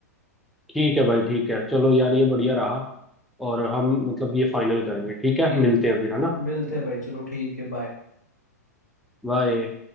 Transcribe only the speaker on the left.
ठीक
मिलते हैं भाई चलो ठीक है बाय